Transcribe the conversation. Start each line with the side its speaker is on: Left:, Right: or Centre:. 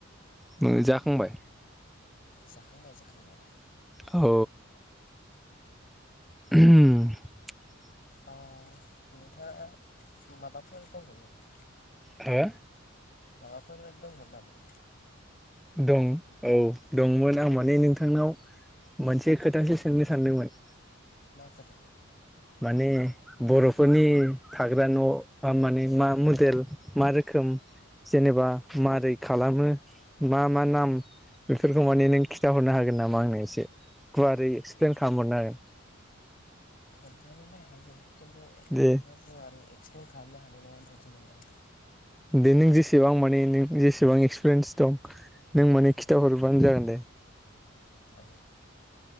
Centre: उम जाखांबाय
Left: जाखांबाय जाखांनायालाय
Centre: औ <unintelligible>
Left: अ नोंथाङा माबाफोर दङमोन नामा
Centre: हो
Left: माबाफोर दंमोन नामा
Centre: दं औ दंमोन आं माने नोंथांनाव मोनसे खोथासो सोंनो सानदोंमोन
Left: मा खोथा
Centre: माने बर'फोरनि थाग्रा न आ माने मा मडेल मा रोखोम जेनेबा मारै खालामो मा मा नाम बेफोरखौ माने नों खिन्था हरनो हागोन नामा आंनो एसे गुवारै एक्स प्लेन खालाम हरनो हागोन?
Left: खोन्था नोलाय हायो। थु
Centre: दे
Left: एफाग्राब गुवारै एक्सप्लइेन खालामनो हानाय नङा बायदि मोनदां।
Centre: दे नों जेसेबां माने नों जेसेबां एक्सपिरियेन्स दं नों माने खिन्था हरबानो जागोन दे।
Left: औ